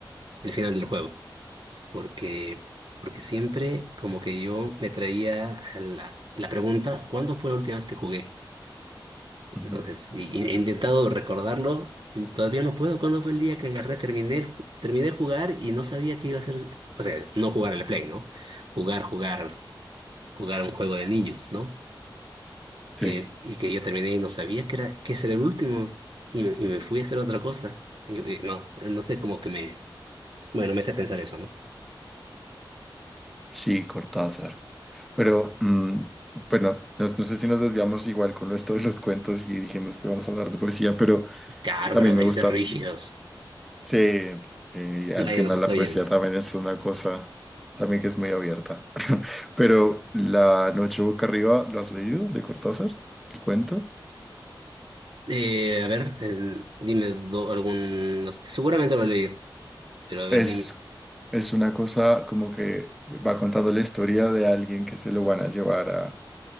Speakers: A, on the right; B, in the centre.
A: el final del juego, porque, porque siempre como que yo me traía a la, la pregunta, ¿cuándo fue la última vez que jugué?
B: ujú.
A: Entonces, y- he intentado recordarlo, y todavía no puedo. ¿Cuándo fue el día que agarré, terminé, el ju- terminé de jugar y no sabía qué iba a hacer? O sea, no jugar al Play, ¿no? Jugar, jugar, jugar un juego de niños, ¿no? Eh,
B: Sí,
A: y que yo terminé y no sabía que era, que ese era el último y me, y me fui a hacer otra cosa. Y, y no, no sé, cómo que me... Bueno, me hace pensar eso, ¿no?
B: sí, Cortázar. Pero, mm, bueno, no, no sé si nos desviamos igual con esto de los cuentos y dijimos que vamos a hablar de poesía, pero
A: Claro,
B: también
A: pero
B: me
A: hay
B: gusta.
A: que ser rígidos.
B: Sí, y al
A: Nadie
B: final
A: nos está
B: la poesía
A: viendo.
B: también es una cosa también que es muy abierta. <laughs> Pero La noche boca arriba, ¿lo has leído de Cortázar? ¿El cuento?
A: Eh, a ver, eh, dime do- algún... no sé, seguramente lo leí, pero a ver,
B: Es,
A: dime.
B: es una cosa como que va contando la historia de alguien que se lo van a llevar a,